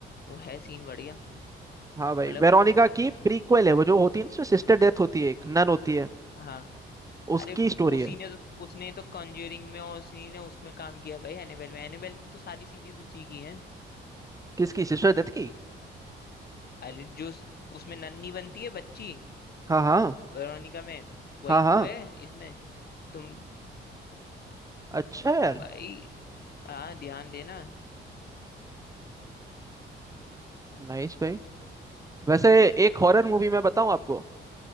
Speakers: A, on the left; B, on the right.
A: वो है सीन बढ़िया
B: हाँ भाई
A: मतलब
B: वेरोनिका की प्रीक्वल है वो जो होती है ना उसमें सिस्टर डेथ होती है एक नन होती है
A: हाँ
B: उसकी
A: अरे
B: स्टोरी
A: उसी
B: है
A: ने तो उसने तो कॉन्ज्यूरिंग में और उसी ने उसमें काम किया है भाई एनेबेल में एनेबेल तो सारी सीरीज उसी की है
B: किसकी सिस्टर डेथ की
A: अरे जो उस- उसमें नन्ही बनती है बच्ची
B: हाँ हाँ
A: वेरोनिका में वही
B: हाँ हाँ
A: तो है इसमें तुम
B: अच्छा यार
A: भाई हाँ ध्यान देना
B: नाइस भाई वैसे एक हॉरर मूवी मैं बताऊँ आपको